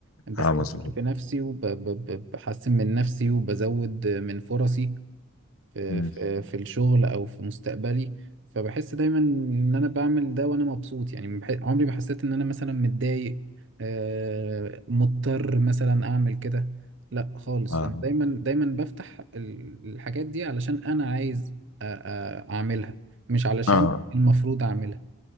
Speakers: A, on the right; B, on the left.
A: بستثمر
B: اه مظبوط
A: في نفسي وبحسن من نفسي وبزود من فرصي في
B: مم.
A: في في الشغل او في مستقبلي فبحس دايما ان انا بعمل ده وانا مبسوط يعني ما بح- عمري ما حسيت ان انا مثلا متضايق آه، مضطر مثلا اعمل كده لا خالص
B: اه
A: انا دايما دايما بفتح ال- الحاجات دي علشان انا عايز أ- أ- اعملها مش علشان
B: اه
A: المفروض اعملها